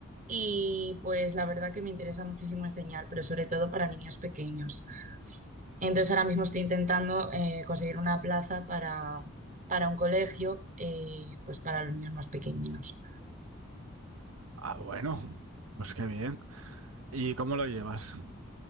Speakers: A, on the right; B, on the right.
A: y pues la verdad que me interesa muchísimo enseñar, pero sobre todo para niños pequeños. Entonces ahora mismo estoy intentando eh, conseguir una plaza para, para un colegio, eh, pues para los niños más pequeñinos.
B: Ah, bueno, pues qué bien. ¿Y cómo lo llevas?